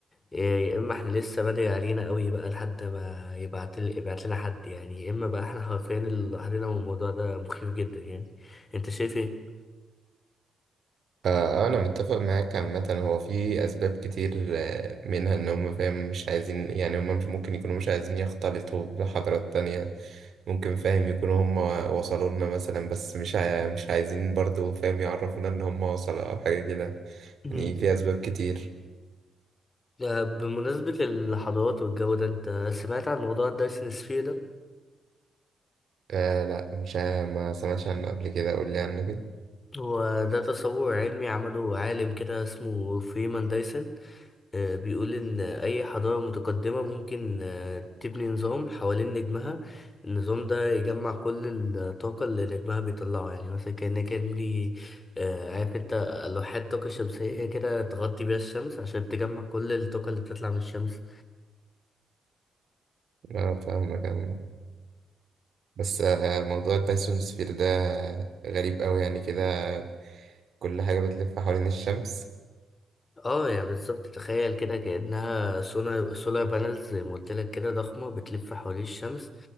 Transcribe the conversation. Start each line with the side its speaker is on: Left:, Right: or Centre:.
Left: إيه، يا اما احنا لسه بدري علينا قوي بقى لحد ما يبعت يبعت لنا حد يعني يا اما بقى احنا حرفيا لوحدنا والموضوع ده مخيف جدا يعني انت شايف ايه
Right: آه، آه، أنا متفق معاك عامة هو في أسباب كتير آه، منها إن هم فاهم مش عايزين يعني هم مش ممكن يكونوا مش عايزين يختلطوا بحضارات تانية ممكن فاهم يكونوا هم وصلوا لنا مثلا بس مش عاي- مش عايزين برضو فاهم يعرفونا إن هم وصلوا أو حاجة كده
Left: <clears throat> مم.
Right: يعني في أسباب كتير
Left: آه، بمناسبة الحضارات والجو ده انت سمعت عن موضوع الدايسن سفير ده
Right: آه لا مش عا- ما سمعتش عنه قبل كده قول لي عنه كده
Left: هو ده تصور علمي عمله عالم كده اسمه فريمان دايسن آه، بيقول إن أي حضارة متقدمة ممكن آه، تبني نظام حوالين نجمها النظام ده يجمع كل الطاقة اللي نجمها بيطلعه يعني مثلا كأنك إني آه، عارف أنت لوحات طاقة شمسية هي كده تغطي بيها الشمس عشان تجمع كل الطاقة اللي بتطلع من الشمس
Right: أنا فاهمك عامة بس آه، موضوع الدايسون سفير ده غريب أوي يعني كده كل حاجة بتلف حوالين الشمس
Left: اه يعني بالظبط تخيل كده كأنها سولار سولار بانلز زي ما قلت لك كده ضخمة بتلف حوالين الشمس